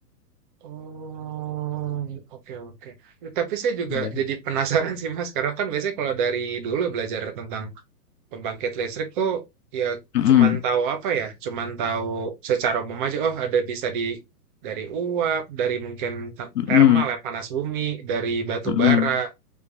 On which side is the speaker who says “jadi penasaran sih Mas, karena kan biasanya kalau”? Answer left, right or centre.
Right